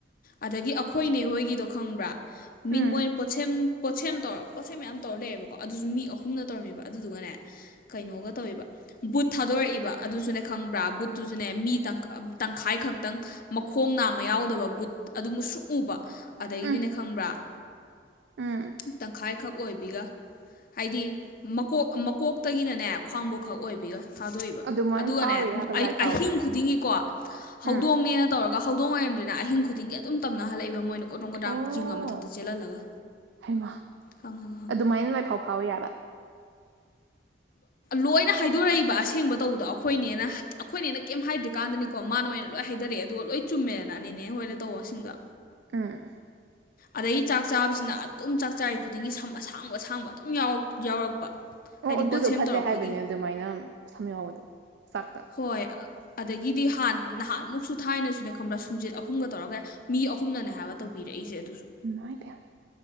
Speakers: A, on the left; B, on the right.
A: ꯑꯗꯒꯤ ꯑꯩꯈꯣꯏꯅꯦ ꯍꯣꯏꯒꯤꯗꯣ ꯈꯪꯕ꯭ꯔꯥ ꯃꯤ
B: ꯎꯝ
A: ꯃꯣꯏ ꯄꯣꯠꯁꯦꯝ ꯄꯣꯠꯁꯦꯝ ꯇꯧꯔ ꯄꯣꯠꯁꯦꯝ ꯃꯌꯥꯝ ꯇꯧꯔ ꯂꯩꯌꯦꯕꯀꯣ ꯑꯗꯨꯁꯨ ꯃꯤ ꯑꯍꯨꯝꯅ ꯇꯧꯔꯝꯃꯦꯕ ꯑꯗꯨꯗꯨꯒꯅꯦ ꯀꯩꯅꯣꯒ ꯇꯧꯋꯦꯕ ꯕꯨꯠ ꯊꯥꯗꯣꯔꯛꯏꯕ ꯑꯗꯨꯁꯨꯅꯦ ꯈꯪꯕ꯭ꯔꯥ ꯕꯨꯠꯇꯨꯁꯨꯅꯦ ꯃꯤ ꯇꯪꯈꯥꯏ ꯈꯛꯇꯪ ꯃꯈ ꯈꯣꯡ ꯅꯥꯝꯃ ꯌꯥꯎꯗꯕ ꯕꯨꯠ ꯑꯗꯨꯃ ꯁꯛꯎꯨꯕ ꯑꯗꯗꯒꯤꯗꯤꯅ
B: ꯎꯝ
A: ꯈꯪꯕ꯭ꯔꯥ
B: ꯎꯝ
A: ꯇꯪꯈ ꯈꯛ ꯑꯣꯏꯕꯤꯒ ꯍꯥꯏꯗꯤ ꯃꯀꯣꯛ ꯃꯀꯣꯛꯇꯒꯤꯅꯅꯦ ꯈ꯭ꯋꯥꯡꯕꯣꯛꯈꯛ ꯑꯣꯏꯕꯤꯒ ꯊꯥꯗꯣꯛꯏꯕ
B: ꯑꯗꯨꯃꯥꯏꯅ
A: ꯑꯗꯨꯒꯅꯦ
B: ꯐꯥꯎꯋꯤꯔꯕ ꯂꯥꯏꯐꯥꯎꯗꯣ
A: ꯑꯍꯤꯡ ꯈꯨꯗꯤꯡꯒꯤꯀꯣ
B: ꯎꯝ
A: ꯍꯧꯗꯣꯡꯅꯦꯅ ꯇꯧꯔꯒ ꯑꯗꯨꯒ ꯍꯧꯗꯣꯡ ꯑꯣꯏꯔꯝꯗꯣꯏꯅ ꯑꯍꯤꯡ ꯈꯨꯗꯤꯡꯒꯤ ꯑꯗꯨꯝ ꯇꯝꯅ ꯍꯜꯂꯛꯏꯕ ꯃꯣꯏꯅ ꯀꯣꯗꯣꯡ ꯀꯗꯥꯡ
B: ꯑꯣ
A: ꯆꯤꯡꯒ ꯃꯊꯛꯇ ꯆꯦꯜꯍꯜꯂꯒ
B: ꯍꯩꯃ
A: ꯍꯪ ꯍꯪ ꯍꯪ
B: ꯑꯗꯨꯃꯥꯏꯅ ꯂꯥꯏꯐꯥꯎ ꯐꯥꯎꯋ ꯌꯥꯕ
A: ꯂꯣꯏꯅ ꯍꯥꯏꯗꯣꯔꯛꯏꯕ ꯑꯁꯦꯡꯕ ꯇꯧꯕꯗꯣ ꯑꯩꯈꯣꯏꯅꯦꯅ ꯑꯩꯈꯣꯏꯅꯦꯅ ꯀꯩꯝ ꯍꯥꯏꯗ꯭ꯔꯤꯀꯥꯟꯗꯅꯤꯀꯣ ꯃꯥꯅ ꯅ ꯂꯣꯏ ꯍꯥꯏꯔꯛꯑꯦ ꯑꯗꯨꯒ ꯂꯣꯏ ꯆꯨꯝꯃꯦꯗꯅ ꯑꯅꯤꯅꯦ ꯍꯣꯏꯅ ꯇꯧꯕꯁꯤꯡꯣ
B: ꯑꯥ
A: ꯑꯗꯗꯒꯤ ꯆꯥꯛ ꯆꯥꯕꯁꯤꯅ ꯑꯗꯨꯝ ꯆꯥꯛ ꯆꯥꯔꯤ ꯈꯨꯗꯤꯡꯒꯤ ꯑꯁꯥꯡꯕ ꯑꯁꯥꯡꯕ ꯑꯗꯨꯝ ꯌꯥꯎꯔꯛꯄ
B: ꯑꯣ
A: ꯍꯥꯏꯗꯤ
B: ꯑꯗꯨꯗꯣ
A: ꯄꯣꯠꯁꯦꯝ
B: ꯐꯠꯇꯦ
A: ꯇꯧꯔꯛꯄꯒꯤ
B: ꯍꯥꯏꯕꯅꯦ ꯑꯗꯨꯃꯥꯏꯅ ꯁꯝ ꯌꯥꯕꯗꯣ ꯆꯥꯛꯇ
A: ꯍꯣꯏ ꯑꯗꯒꯤꯗꯤ ꯍꯥꯟ ꯅꯍꯥꯟꯃꯨꯛꯁꯨ ꯊꯥꯏꯅꯁꯨꯅꯦ ꯈꯪꯕ꯭ꯔꯥ ꯁꯨꯝꯆꯠ ꯑꯍꯨꯝꯒ ꯇꯧꯔꯒ ꯃꯤ ꯑꯍꯨꯝ ꯁꯅꯅꯦ ꯍꯥꯏꯕ ꯇꯧꯕꯤꯔꯛꯏꯁꯦ ꯑꯗꯨꯁꯨ
B: ꯏꯃꯥꯏ ꯄꯦꯝꯃ